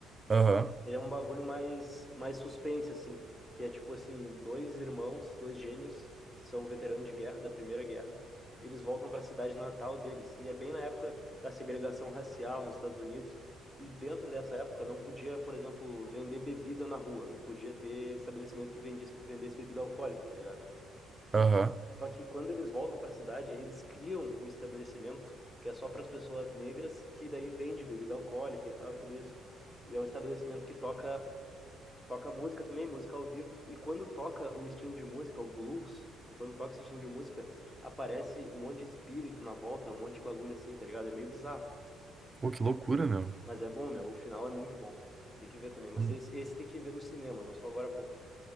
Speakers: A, on the right; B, in the centre.
A: Aham,
B: Ele é um bagulho mais, mais suspense, assim. Que é tipo assim, dois irmãos, dois gêmeos, que são veteranos de guerra, da Primeira Guerra. Eles voltam para a cidade natal deles. E é bem na época da segregação racial nos Estados Unidos. E dentro dessa época não podia, por exemplo, vender bebida na rua. Não podia ter estabelecimento que vendesse, vendesse bebida alcoólica, tá ligado?
A: aham.
B: Só que quando eles voltam para a cidade, eles criam um estabelecimento que é só para as pessoas negras, que daí vende bebida alcoólica e tal e tudo isso. E é um estabelecimento que toca toca música também, música ao vivo. E quando toca um estilo de música, o blues, quando toca esse estilo de música, aparece um monte de espírito na volta, um monte de bagulho assim, tá ligado? É meio bizarro.
A: Pô, que loucura, meu.
B: Mas é bom, meu. O final é muito bom. Tem que ver também. Mas
A: Hum,
B: esse, esse tem que ver no cinema, lançou agora há pouco.